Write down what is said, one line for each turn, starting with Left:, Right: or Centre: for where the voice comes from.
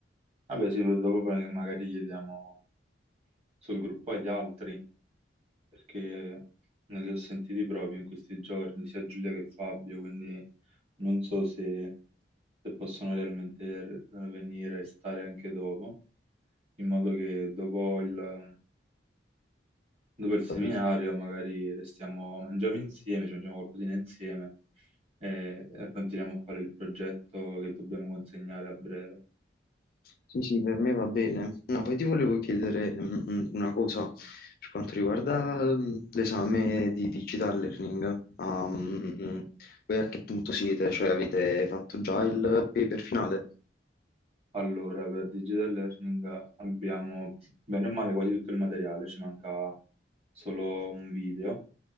Right: Vabbè, sì, dopo poi magari chiediamo sul gruppo agli altri, perché non li ho sentiti proprio in questi giorni, sia Giulia che Fabio, quindi non so se, se possono realmente eh, venire e stare anche dopo, in modo che dopo il, dopo il seminario
Left: Ho capito.
Right: magari restiamo, mangiamo insieme, ci mangiamo qualcosina insieme e eh, continuiamo a fare il progetto che dobbiamo consegnare a breve.
Left: Sì, sì, per me va bene. No, poi ti volevo chiedere mm, mm, una cosa per quanto riguarda mm, l'esame di digital learning. Ah, mm, mm, voi a che punto siete? Cioè avete fatto già il paper finale?
Right: Allora, per Digital Learning abbiamo bene o male quasi tutto il materiale, ci manca solo un video